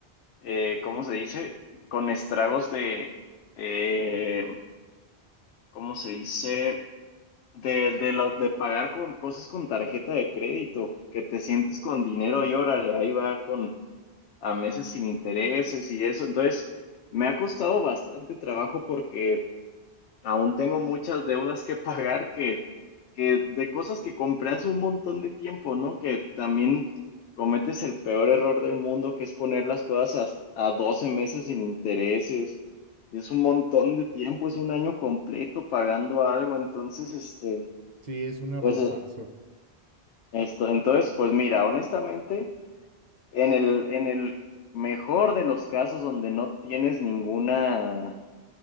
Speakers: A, on the left; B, on the right.
A: eh, ¿cómo se dice? Con estragos de, eh, ¿cómo se dice? De, de, lo, de pagar con cosas con tarjeta de crédito, que te sientes con dinero y órale, ahí va con a meses sin intereses y eso. Entonces, me ha costado bastante trabajo porque Aún tengo muchas deudas que pagar que, que de cosas que compré hace un montón de tiempo, ¿no? Que también cometes el peor error del mundo, que es poner las cosas a, a 12 meses sin intereses. Es un montón de tiempo, es un año completo pagando algo. Entonces, este,
B: Sí, es un errorzazo.
A: pues eh, esto, entonces, pues mira, honestamente, en el, en el mejor de los casos donde no tienes ninguna